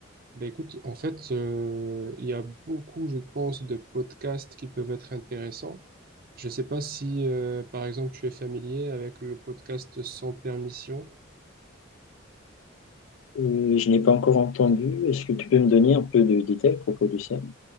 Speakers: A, on the right; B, on the left.
A: ben écoute, en fait, euh, il y a beaucoup, je pense, de podcasts qui peuvent être intéressants. Je sais pas si, euh, par exemple, tu es familier avec le podcast Sans permission.
B: Euh, je n'ai pas encore entendu. Est-ce que tu peux me donner un peu de détails à propos de ça?